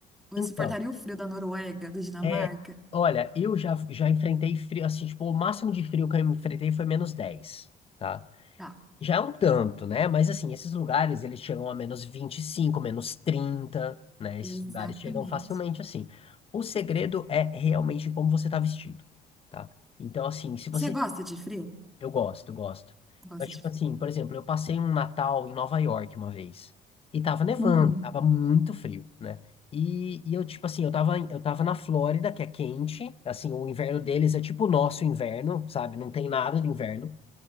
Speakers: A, in the centre; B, on the left.
A: Ou
B: Então,
A: Eu suportaria o frio da Noruega, da Dinamarca?
B: é, olha, eu já, já enfrentei frio, assim, tipo, o máximo de frio que eu enfrentei foi menos 10, tá?
A: Tá,
B: Já é um tanto, né? Mas, assim, esses lugares, eles chegam a menos 25, menos 30, né? Esses
A: exatamente.
B: lugares chegam facilmente, assim. O segredo é realmente como você tá vestido, tá? Então, assim, se você
A: Você gosta de frio?
B: Eu gosto, eu gosto.
A: Gosta
B: Mas, tipo
A: de frio.
B: assim, por exemplo, eu passei um Natal em Nova York uma vez. E tava nevando,
A: Uhum,
B: tava muito frio, né? E, e eu, tipo assim, eu tava, em- eu tava na Flórida, que é quente. Assim, o inverno deles é tipo o nosso inverno, sabe? Não tem nada de inverno.